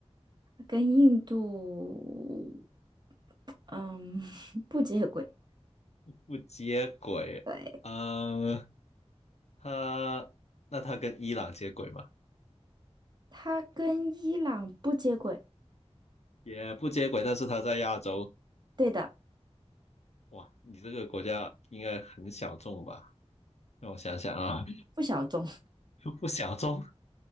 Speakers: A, on the right; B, on the left.
A: 跟印度，嗯，<laughs> 不接轨，
B: 不接轨。
A: 对，
B: 嗯，它那它跟伊朗接轨吗？
A: 它跟伊朗不接轨，
B: 也不接轨，但是它在亚洲。
A: 对的，
B: 哇，你这个国家应该很小众吧？让我想想啊，
A: 不小众，
B: <laughs> 不小众，